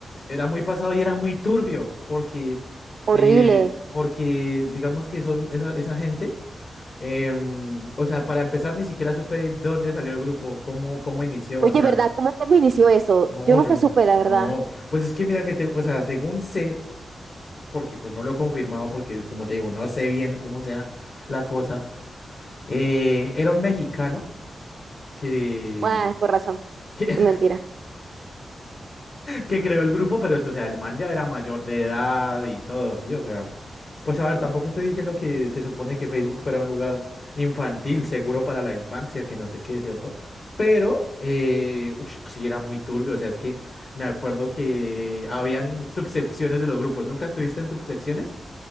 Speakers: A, on the left; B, on the right.
A: Era muy pasado y era muy turbio, porque,
B: Horrible.
A: eh, porque digamos que esos, esa esa gente. Em, o sea, para empezar, ni siquiera supe dónde salió el grupo, cómo, cómo inició,
B: Oye,
A: o sea,
B: ¿verdad? ¿Cómo, cómo inició eso?
A: no,
B: Yo nunca
A: yo no,
B: supe, la
A: no,
B: verdad.
A: pues es que mira que te, o sea, según sé, porque pues no lo he confirmado, porque como te digo, no sé bien cómo sea la cosa, eh, era un mexicano que,
B: Ah, con razón,
A: <laughs> que
B: mentira.
A: que creó el grupo, pero eso, o sea, el man ya era mayor de edad y todo, sí, o sea, pues a ver, tampoco estoy diciendo que se supone que Facebook fuera un lugar infantil, seguro para la infancia, que no sé qué, ¿cierto? Pero, eh, ush, sí era muy turbio, o sea, es que me acuerdo que habían subsecciones de los grupos, ¿nunca estuviste en subsecciones?